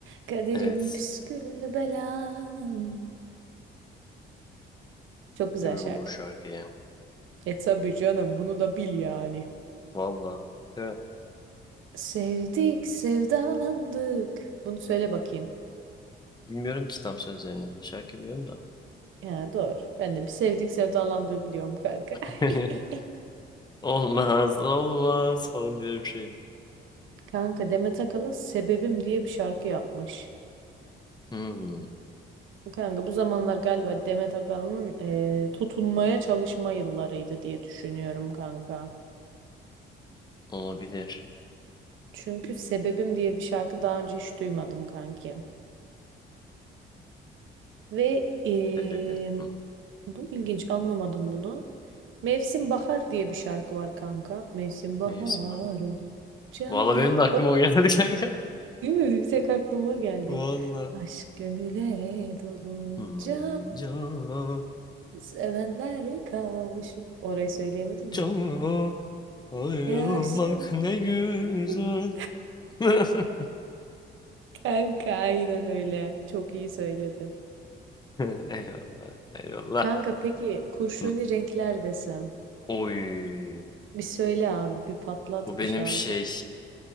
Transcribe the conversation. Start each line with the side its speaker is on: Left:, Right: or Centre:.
Right: kaderim
Left: Evet.
Right: püsküllü belam. Çok güzel
Left: Biliyorum
Right: şarkı.
Left: bu şarkıyı.
Right: E tabii canım bunu da bil yani.
Left: Vallahi. Değil mi?
Right: Sevdik, sevdalandık. Bunu söyle bakayım.
Left: Bilmiyorum ki tam sözlerini. Şarkı biliyorum da.
Right: Ya doğru. Ben de bir sevdik sevdalandığı biliyorum kanka.
Left: <laughs>
Right: <laughs>
Left: Olmaz olmaz falan diye bir şeydi.
Right: Kanka Demet Akalın Sebebim diye bir şarkı yapmış.
Left: Hmm,
Right: Kanka bu zamanlar galiba Demet Akalın'ın eee, tutunmaya çalışma yıllarıydı diye düşünüyorum kanka.
Left: olabilir.
Right: Çünkü Sebebim diye bir şarkı daha önce hiç duymadım kanki. Ve eee,
Left: Sebebi. Hı.
Right: bu ilginç anlamadım bunu. Mevsim Bahar diye bir şarkı var kanka. Mevsim bahar
Left: Mevsim.
Right: olunca
Left: Valla benim de aklıma
Right: o
Left: o geldi kanka.
Right: değil mi? Bir tek aklıma geldi.
Left: <laughs> vallahi
Right: Aşk gönüle dolunca
Left: Hmm, can,
Right: sevenler kavuşur. Orayı söyleyemedim
Left: can,
Right: de.
Left: ayrılmak
Right: Ya Yaşa.
Left: ne güzel.
Right: <laughs>
Left: <laughs>
Right: Kanka aynen öyle. Çok iyi söyledin.
Left: <laughs> Eyvallah. Eyvallah.
Right: Kanka peki kurşuni
Left: Hı.
Right: renkler desem.
Left: Oy.
Right: Bir söyle abi bir patlat
Left: Bu benim
Right: bir şarkı.
Left: şey.